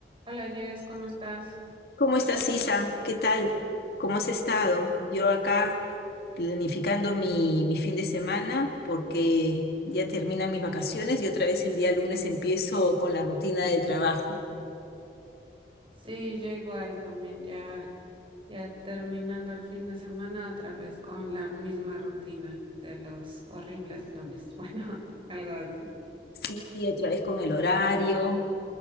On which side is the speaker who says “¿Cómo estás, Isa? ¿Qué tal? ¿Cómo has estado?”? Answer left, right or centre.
Left